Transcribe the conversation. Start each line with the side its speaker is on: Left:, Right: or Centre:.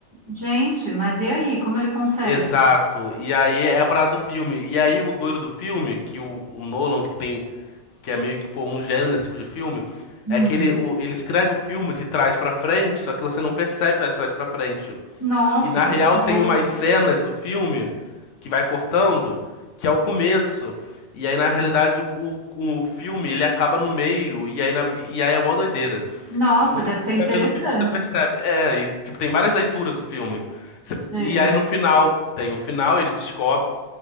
Right: Gente, mas e aí, como ele consegue?
Left: Exato. E aí é a parada do filme. E aí o doido do filme, que o, o Nolan, que tem, que é meio que pô, um gênio desse tipo de filme,
Right: Hum.
Left: é que ele, o- ele escreve o filme de trás pra frente, só que você não percebe que tá de trás pra frente.
Right: Nossa,
Left: E na
Right: mas
Left: real
Right: que doido.
Left: tem umas cenas do filme que vai cortando, que é o começo. E aí, na realidade, o, o filme ele acaba no meio, e aí, na- e aí é uma doideira.
Right: Nossa,
Left: E você
Right: deve ser interessante.
Left: vai vendo o filme, você percebe. É, e tipo, tem várias leituras o filme. Você-
Right: Sei.
Left: e aí no final, tem o final, ele descobre.